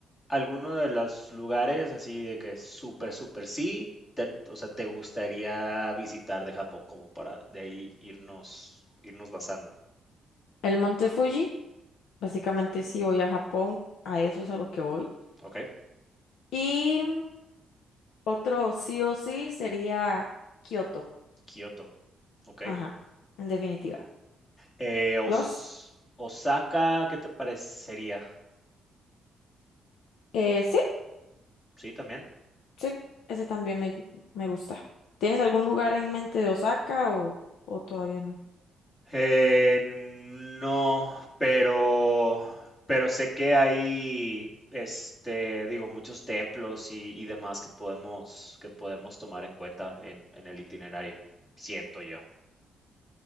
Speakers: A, on the left; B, on the left.
A: algunos de los lugares así de que súper, súper sí, te- o sea, te gustaría visitar de Japón como para de ahí irnos, irnos basando?
B: El Monte Fuji, básicamente sí voy a Japón, a eso es a lo que voy.
A: ¿Ok?
B: Y Otro sí o sí sería Kioto.
A: Kioto, ¿ok?
B: Ajá, en definitiva.
A: Eh, Os-
B: ¿Los?
A: Osaka, ¿qué te parecería?
B: Eh, sí,
A: Sí, también.
B: sí, ese también me, me gusta. ¿Tienes algún lugar en mente de Osaka o, o todavía no?
A: Eh, no, pero, pero sé que hay, este, digo, muchos templos y, y demás que podemos, que podemos tomar en cuenta en, en el itinerario, siento yo.